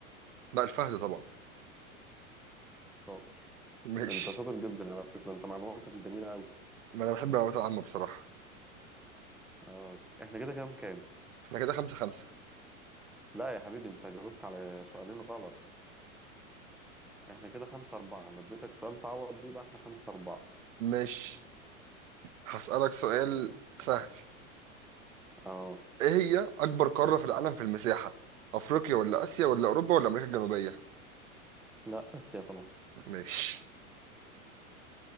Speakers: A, on the right; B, in the centre.
A: لا الفهد طبعا
B: شاطر
A: ماشي
B: انت شاطر جدا على فكرة انت معلوماتك جميلة أوي
A: ما أنا بحب المعلومات العامة بصراحة
B: اه احنا كده كام كام
A: احنا كده خمسة خمسة
B: لا يا حبيبي انت جاوبت على سؤالين غلط احنا كده خمسة أربعة أنا اديتك سؤال تعوض بيه بقى احنا خمسة أربعة
A: ماشي هسألك سؤال سهل
B: اه
A: ايه هي اكبر قارة في العالم في المساحة افريقيا ولا اسيا ولا اوروبا ولا امريكا الجنوبية
B: لا آسيا طبعا
A: ماشي